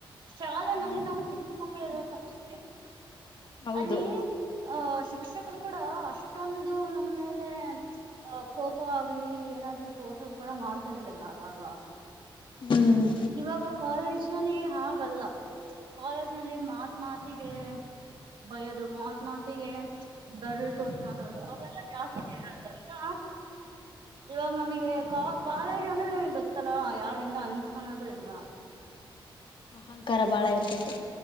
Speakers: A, on the right; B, on the left.
A: ಶಾಲೆನಲ್ಲಿ
B: ಹ್ಮ್
A: ನಾವು ಚಿಕ್ಕ ಮಕ್ಕಳು ಇರೋತರ ಇದ್ವಿ.
B: ಹೌದು
A: ಅಲ್ಲಿ ಹ ಶಿಕ್ಷಕರು ಕೂಡ ಅಷ್ಟೊಂದು ನಮ್ಮೆಲೇ ಆ ಕೋಪ ಆಗ್ಲಿ ಏನಾದ್ರು ತೋರ್ಸೋದು ಕೂಡ ಮಾಡ್ತರ್ಲಿಲ್ಲ ಅವಾಗ.
B: ಹ್ಮ್
A: ಇವಾಗಾ ಕಾಲೇಜ್ ಜನಲ್ಲಿ ಹಾಗಲ್ಲ ಕಾಲೇಜ್ ನಲ್ಲಿ ಮಾತ್ ಮಾತಿಗೆ ಬಯ್ಯೋದು ಮಾತ್ ಮಾತಿಗೆ ಬೆರಳು ತೋರ್ಸ ಮಾತಾಡದು ಅವೆಲ್ಲಾ ಜಾಸ್ತಿ ಇರೋದಲ್ದ ಇವಾಗ ನಮಗೆ ಕಾ ಕಾಲೇಜ್ ಅಂದ್ರೆ ನಿಮಗ್ ಗೊತ್ತಲ್ಲ ಯಾರಿಂದ ಅನಸ್ ಕಣದು ಇಲ್ಲ
B: ಅಹಂಕಾರ ಬಾಳ ಇರ್ತತೆ